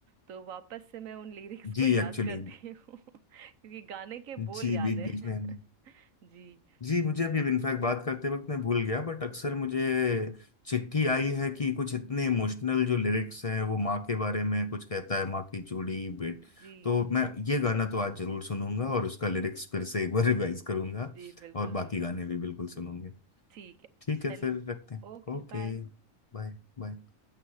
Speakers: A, on the right; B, on the left.
A: तो वापस से मैं उन लिरिक्स
B: जी
A: को याद
B: एक्चुअली
A: करती हूँ <laughs> क्योंकि गाने के
B: जी
A: बोल याद
B: बीच
A: हैं
B: बीच में हमें
A: <laughs> जी
B: जी मुझे अभी इनफैक्ट बात करते वक्त मैं भूल गया बट अक्सर मुझे चिट्ठी आई है कि कुछ इतने इमोशनल जो लिरिक्स हैं वो माँ के
A: जी
B: बारे
A: जी
B: में कुछ कहता है माँ की चूड़ी बेट
A: जी,
B: तो मैं ये गाना तो आज जरूर सुनूंगा और उसका लिरिक्स
A: बिल्कुल
B: फिर से एक बार <laughs> रिवाइज करूंगा
A: जी बिल्कुल
B: और बाकी
A: बिल्कुल
B: गाने भी बिल्कुल सुनूंगे
A: ठीक है
B: ठीक
A: चलिए
B: है फिर
A: फिर
B: रखते हैं
A: Okay
B: Okay
A: bye
B: bye बाय